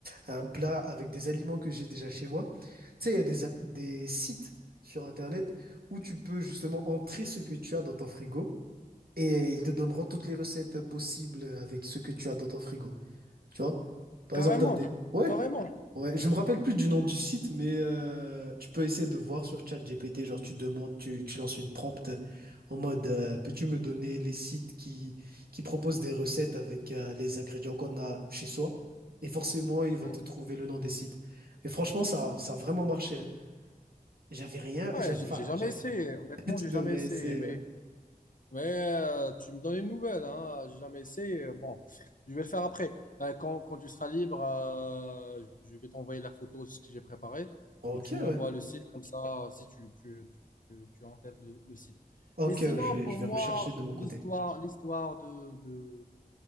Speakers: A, on the right; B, on the left.
A: un plat avec des aliments que j'ai déjà chez moi. Tu sais, il y a des app- des sites sur Internet où tu peux justement entrer ce que tu as dans ton frigo et ils te donneront toutes les recettes possibles avec ce que tu as dans ton frigo. Tu vois? Par
B: Carrément,
A: exemple, t'as des, ouais.
B: carrément.
A: Ouais, je me rappelle plus du nom du site, mais euh, tu peux essayer de voir sur ChatGPT, genre tu demandes, tu, tu lances une prompt euh, en mode euh, peux-tu me donner les sites qui, qui proposent des recettes avec euh, les ingrédients qu'on a chez soi? Et forcément, il va
B: Mm.
A: te trouver le nom des sites. Et franchement, ça, ça a vraiment marché. hein. J'avais rien,
B: Ouais,
A: j'avais,
B: j'ai
A: enfin,
B: j'ai jamais
A: j'avais,
B: essayé,
A: <laughs>
B: honnêtement,
A: tu
B: j'ai
A: devrais
B: jamais essayé,
A: essayer.
B: mais
A: ouais.
B: Mais euh, tu me donnes une nouvelle, hein. J'ai jamais essayé. Bon, je vais le faire après. Euh, quand, quand tu seras libre, euh, je vais t'envoyer la photo de ce que j'ai préparé
A: Ok,
B: et tu m'envoies
A: ouais.
B: le site comme ça, si tu, tu, tu, tu tu as en tête le, le site.
A: Ok,
B: Mais sinon,
A: je vais,
B: pour
A: je vais
B: moi,
A: rechercher de mon
B: l'histoire,
A: côté.
B: l'histoire de, de